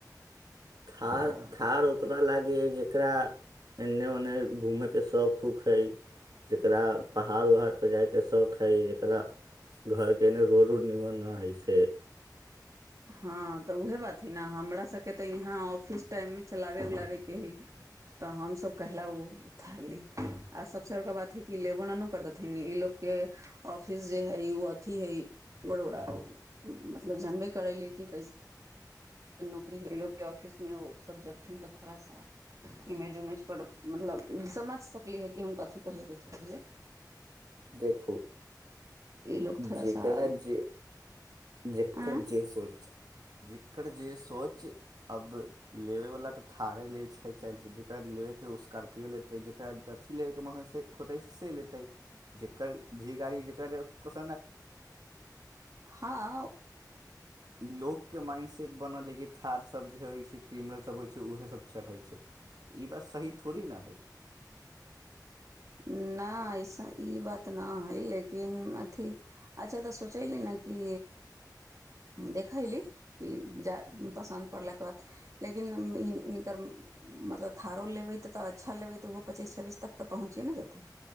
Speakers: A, on the right (about 65°); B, on the right (about 50°).
A: थार
B: तऽ
A: थार ओकरा लागै जेकरा एन्ने ओने घूमैके शौक हूक हइ जकरा पहाड़ उहाड़पर जायके शौक हइ जकरा घरकेने रो रोड निमन न हैस
B: हँ त उएह बात हइ ने हमरा सभके त यहाँ ऑफिस टाइमे चलाबय उलाबयके हइ त हमसब कहैला ओ उथारली आ सभसँ बड़का बात हइ कि लेबोननो कर देथिन ई लोकके ऑफिस जे है उ अथी है बड़ोड़ मतलब जानबे करैले कैसे नौकरी ऑफिस मे ओ सब जेथिन त थोड़ा सा इमेज उमेज पर मतलब समझ सकली है कि हम कथी कहेके चाहीले
A: देखू
B: ई लोग
A: जेकरा
B: थोड़ा सा
A: जे जेकर
B: आँय
A: जे सोच जेकर जे सोच अब लेबयवला तऽ थारे लैत छै चाहे जकरा लेबयके ह ओ स्कारर््पियो लेतै जकरा अथि लेब म होतै से लेतै जकर जे गाड़ी जेकरा ज <unintelligible>
B: हँ
A: ई लोकके माइंडसट बनल है कि थारसभ जे होइ छै क्रिमिनलसभ होइ छै उएहसभ चढ़ै छै तऽ ई बात सही थोड़ी ने हइ
B: नहि अइस ई बात नहि हइ लेकिन अथि अच्छा तऽ सोचयली ने कि देखयली कि जा पसन्द पड़लाके बाद लेकिन इनकर मतलब ाारो लेबै तऽ तऽ अच्छा लेैऽ ओहो पचीस छब्बीस तक तऽहुँचए ने जेतै